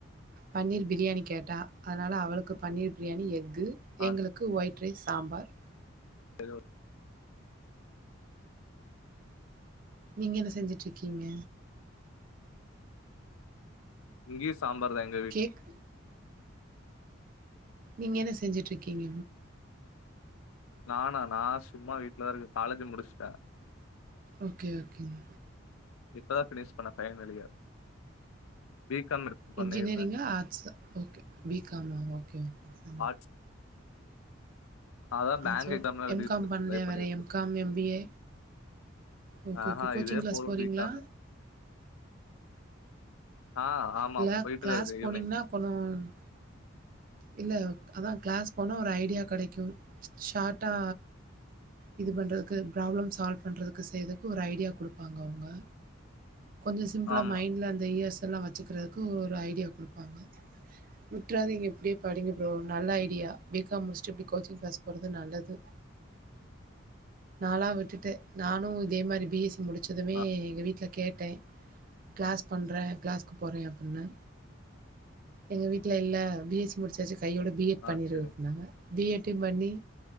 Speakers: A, on the right; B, on the left.
A: பன்னீர் பிரியாணி கேட்டா அதனால அவளுக்கு பன்னீர் பிரியாணி எக்கு
B: ஆ
A: எங்ளுக்கு ஒயிட் ரைஸ் சாம்பார்
B: செரி ஓக்
A: நீங்க என்ன செஞ்சுட் இருக்கீங்க
B: இங்கயு சாம்பார் தாங்
A: கேக் நீங்கள் என்ன செஞ்சுட்டிருக்கீங்க
B: நானா நா சும்மா வீட்லதா இருக்கே காலேஜ் முடிச்ட்டே
A: ஓகே ஓகேங்க
B: இப்பதா ஃபினிஷ் பண்ண ஃபைன்லலியர் பி காம் பண்ணிருந்தேன்
A: இன்ஜினியரிங்கா ஆர்ட்ஸ் ஓகே பி காமா ஓகே ஓகே
B: ஆட்ஸ் அதா பேங்க்
A: ஆர்ட்ஸ்
B: எக்ஸாம்லா
A: ஓகே.
B: எழுதிட்
A: எம்.காம்
B: இருக்கே
A: பண்ணலையா?
B: ட்ரை பண்ணிட்டிருக்கே
A: வேற எம்.காம், எம்.பி.ஏ? ஓகே,
B: ஆஹ
A: ஓகே. கோச்சிங்
B: இதே
A: கிளாஸ்
B: போது <unintelligible>
A: போறீங்களா?
B: ஆ ஆமா
A: இல்ல
B: போயிட்டுதான்
A: க்ளாஸ்
B: இருக்கேன்
A: போனீங்கனா
B: ஈவினிங்
A: கொ <unintelligible> இல்ல அதா கிளாஸ் போனா ஒரு ஐடியா கெடைக்கு ஷாட்டா இது பண்றதுக்கு ப்ராப்ளம் சால்வ் பண்றதுக்கு செய்துக்கு ஒரு ஐடியா குடுப்பாங்க அவுங்க கொஞ்ச சிம்பிளா
B: ஆமா
A: மைண்ட்ல அந்த இயர்ஸ்ஸல்லா வெச்சுக்குறக்கு ஒரு ஐடியா குடுப்பாங்க வுற்றாதீங்க இப்டியே படிங்க ஃப்ரோ நல்ல ஐடியா பி காம் முடிச்ட்டு இப்டி கோச்சிங் க்ளாஸ் போறது நல்லது நாலா விட்டுட்டே நானு இதே மாறி பி எஸ் சி முடிச்சதுமே
B: ஆ
A: எங்க வீட்ல கேட் ட்டே க்ளாஸ் பண்றே க்ளாஸ்கு போறே அப்பின்னு எங்க வீட்ல இல்ல பி எஸ் சி முடிச்சாச்சு கையோட பி எட்
B: ஆ
A: பண்ணிரு
B: சரி
A: அப்டினாங்க பி எட் டியு பண்ணி